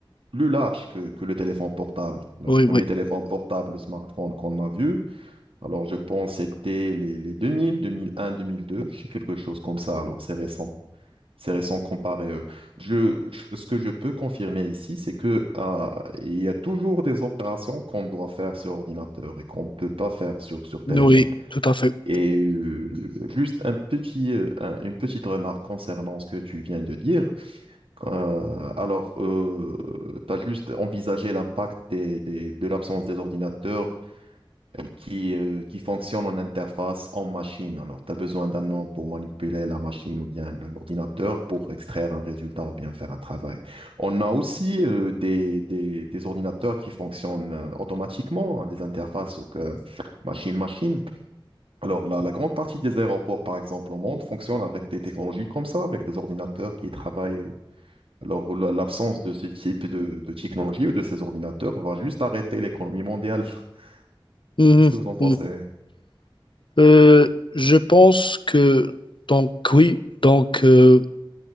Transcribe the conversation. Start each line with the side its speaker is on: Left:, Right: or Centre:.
Right: plus large que, que le téléphone portable. Le
Left: oui,
Right: premier
Left: oui,
Right: téléphone portable, le smartphone qu'on a vu, alors, je pense que c'était les, les 2000, 2001, 2002, c'est quelque chose comme ça. Alors, c'est récent. C'est récent comparé à eux. Je, je- ce que je peux confirmer ici, c'est que, ah, il y a toujours des opérations qu'on doit faire sur ordinateur et qu'on ne peut pas faire sur, sur téléphone.
Left: oui, tout à fait.
Right: Et euh, juste un petit, euh, un- une petite remarque concernant ce que tu viens de dire. Euh, alors, euh, tu as juste envisagé l'impact des, des- de l'absence des ordinateurs et qui, euh, qui fonctionne en interface en machine. Alors, tu as besoin d'un nom pour manipuler la machine ou bien le- l'ordinateur pour extraire un résultat ou bien faire un travail. On a aussi euh, des, des, des ordinateurs qui fonctionnent euh, automatiquement, hein, des interfaces que machine-machine. Alors, la, la grande partie des aéroports, par exemple, au monde, fonctionnent avec des technologies comme ça, avec des ordinateurs qui travaillent. euh, Alors, la- l'absence de ce type de, de technologie ou de ces ordinateurs va juste arrêter l'économie mondiale. <laughs>
Left: Mhm,
Right: Qu'est-ce que vous en pensez?
Left: mhm. Euh, je pense que, donc oui, donc euh,